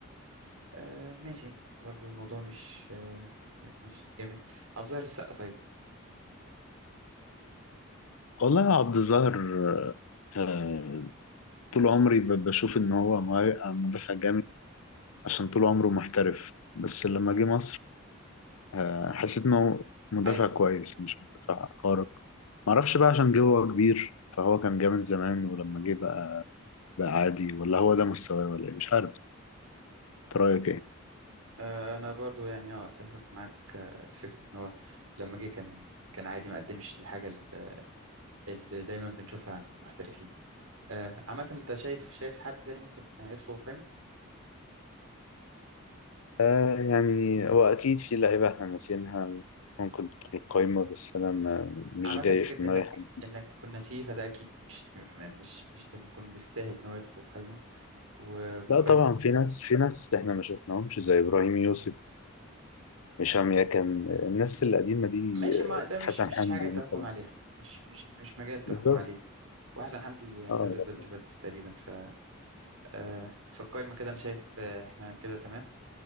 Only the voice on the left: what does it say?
والله عبد الظاهر آه طول عمري ب- بشوف إن هو مه- مدافع جامد عشان طول عمره محترف بس لما جه مصر آه حسيت إنه مدافع
كويس مش مدافع خارق معرفش بقى عشان جه هو كبير فهو كان جامد زمان ولما جه بقى بقى عادي ولا هو ده مستواه ولا إيه مش عارف انت رايك ايه؟
آه يعني هو أكيد في لعيبة إحنا ناسينها ممكن تدخل القايمة بس أنا ما مش
جاي
في دماغي
حد
لا طبعا في ناس في ناس إحنا ما شفناهمش زي إبراهيم يوسف هشام يكن الناس القديمة دي
آه،
حسن
حمدي
مثلا
بالظبط
اه